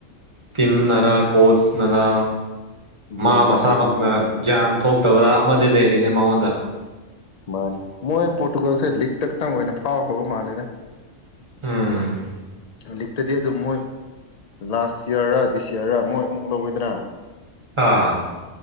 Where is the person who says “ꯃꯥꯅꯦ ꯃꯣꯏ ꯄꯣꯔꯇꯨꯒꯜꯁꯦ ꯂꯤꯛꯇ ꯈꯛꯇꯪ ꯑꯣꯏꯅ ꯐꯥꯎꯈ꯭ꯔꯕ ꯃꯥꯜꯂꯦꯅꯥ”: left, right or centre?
Left